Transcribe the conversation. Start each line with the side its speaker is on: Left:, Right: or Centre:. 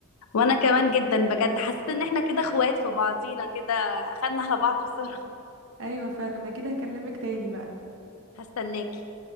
Left: وانا كمان جدا بجد حسيت ان احنا كده اخوات في بعضينا كده اخدنا على بعض بصراحة
Right: ايوه فعلا انا كده هكلمك تاني بقى
Left: هستناكي